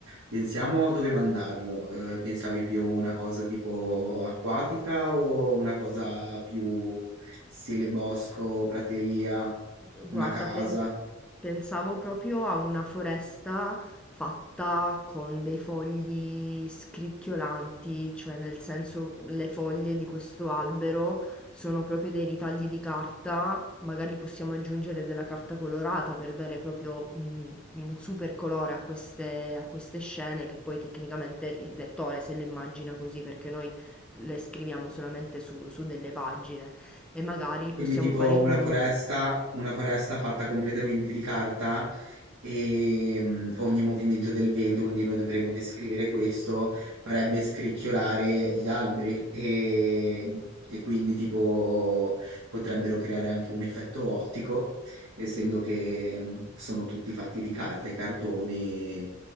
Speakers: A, on the right; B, in the centre.
A: Pensiamo dove mandarlo. Ehm, pensavi più una cosa tipo acquatica o una cosa più stile bosco, prateria,
B: Guarda,
A: una casa?
B: pen- pensavo proprio a una foresta fatta con dei fogli scricchiolanti, cioè nel senso le foglie di questo albero sono proprio dei ritagli di carta, magari possiamo aggiungere della carta colorata per dare proprio mm, un super colore a queste, a queste scene che poi tecnicamente il lettore se le immagina così, perché noi le scriviamo solamente su, su delle pagine e magari possiamo
A: Quindi tipo
B: fare in
A: una
B: modo...
A: foresta, una foresta fatta completamente di carta ehm, ogni movimento del vento, quindi noi dovremmo descrivere questo, farebbe scricchiolare gli alberi e, e quindi tipo potrebbero creare anche un effetto ottico, essendo che mm, sono tutti fatti di carta e cartoni.